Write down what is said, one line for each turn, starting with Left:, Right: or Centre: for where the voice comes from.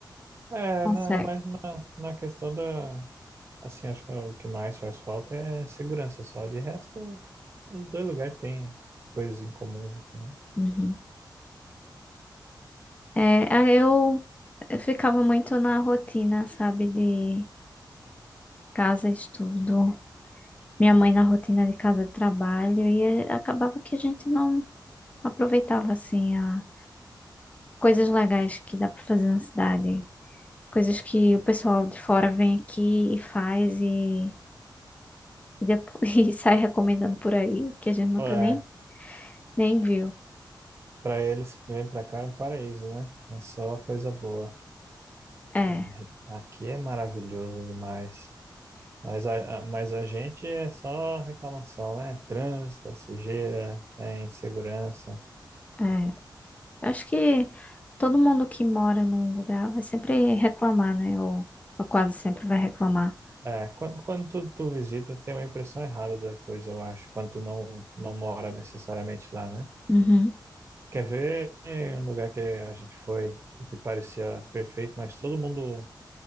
Right: É,
Left: consegue.
Right: não, é mais na, na questão da. Assim, acho que o que mais faz falta é segurança só. De resto, os dois lugares têm coisas em comum, assim, né?
Left: Uhum. É, ah, eu eu ficava muito na rotina, sabe, de casa, estudo. Minha mãe na rotina de casa, trabalho, e eh, acabava que a gente não Aproveitava assim a coisas legais que dá para fazer na cidade, coisas que o pessoal de fora vem aqui e faz e, e, depois, <laughs> e sai recomendando por aí, que a gente nunca
Right: É,
Left: nem, nem viu.
Right: para eles que vêm pra cá é um paraíso, né? É só coisa boa.
Left: É,
Right: Ah, Aqui é maravilhoso demais. Mas a, a- mas a gente é só reclamação, né? Trânsito, é sujeira, é insegurança.
Left: é. Acho que todo mundo que mora num lugar vai sempre reclamar, né? Ou, ou quase sempre vai reclamar.
Right: É, quando, quando tu, tu visita, tem uma impressão errada da coisa, eu acho, quando tu não, não mora necessariamente lá, né?
Left: Uhum.
Right: Quer ver um lugar que a gente foi e que parecia perfeito, mas todo mundo